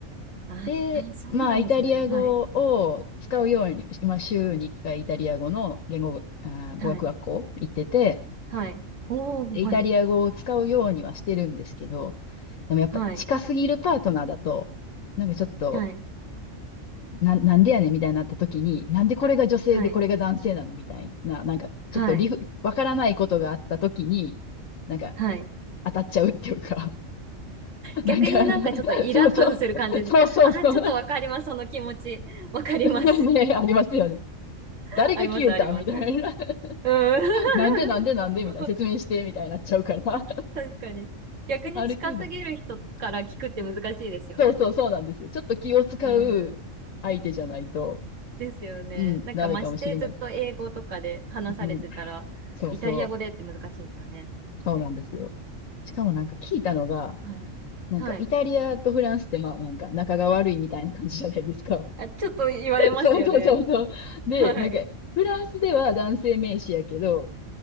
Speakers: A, on the right; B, on the left.
A: ああ、
B: で、
A: そうなんですね。
B: まあ、イタリア語を使うように、
A: はい。
B: 今、週に1回イタリア語の言語、あー、
A: はい。
B: 語学学校行ってて、
A: はい。おー、
B: でイタリア語を使うようにはしてるんですけど、
A: はい。
B: でもやっぱ近すぎるパートナーだと、
A: はい。
B: なんかちょっと、
A: はい。
B: な、なんでやねんみたいになった時に、なんでこれが女性でこれが男性なのみたいな、
A: はい。
B: なんかちょっと理不、
A: はい。
B: わからないことがあった時に、なんか
A: はい。
B: 当たっちゃうっていうか、<laughs> なんか、
A: 逆になんかちょっとイラッとする感じの。
B: そうそう、そうそうそう、
A: あ、ちょっとわかります、その気持ち。<laughs> わかります。
B: <laughs> ね、ありますよね。
A: <laughs>
B: 誰が消えたみたいな。
A: あります、あります。うん。
B: <laughs> なんでなんでなんでみたいな。
A: <laughs>
B: 説明してみたいになっちゃうから。<laughs>
A: 確かに。逆に近すぎる人から聞くって難しいですよね。
B: ある程度。そうそうそうなんですよ。ちょっと気を使う相手じゃないと、
A: うん。ですよね。
B: うん、
A: なんかましてずっと英語とかで話されてたら、
B: ダメかもしれないです。うん、そうそう。
A: イタリア語でって難しいですよね。
B: そうなんですよ。しかもなんか聞いたのが、
A: はい。
B: なんかイタリアとフランスってまあなんか仲が悪いみたいな感じじゃないですか。
A: はい。あ、ちょっと言われますよね。
B: <laughs> そうそうそうそう。で、
A: はい。
B: なんかフランスでは男性名詞やけど、